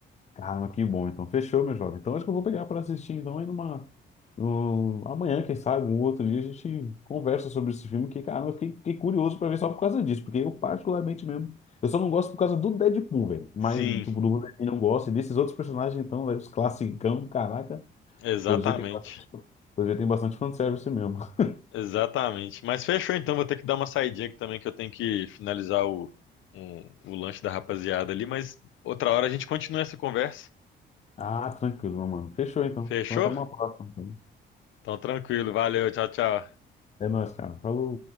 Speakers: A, on the left; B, on the left.
A: Caramba, que bom. Então, fechou, meu jovem. Então, acho que eu vou pegar para assistir. Então, aí numa. num- amanhã, quem sabe, um outro dia, a gente conversa sobre esse filme. Que, caramba, eu fiquei, fiquei curioso para ver só por causa disso. Porque eu, particularmente mesmo. Eu só não gosto por causa do Deadpool, velho. Mas,
B: Sim,
A: tipo, do Wolverine eu não gosto. E desses outros personagens, então, velho, os classicão, caraca.
B: exatamente.
A: Pelo jeito tem bastante, pelo jeito tem bastante fanservice mesmo. <laughs>
B: Exatamente. Mas fechou então, vou ter que dar uma saidinha aqui também, que eu tenho que finalizar o, um- o lanche da rapaziada ali, mas outra hora a gente continua essa conversa.
A: Ah, tranquilo, meu mano. Fechou, então.
B: Fechou?
A: Então, até uma próxima. Então.
B: Então tranquilo, valeu, tchau, tchau.
A: É nóis, cara. Falou.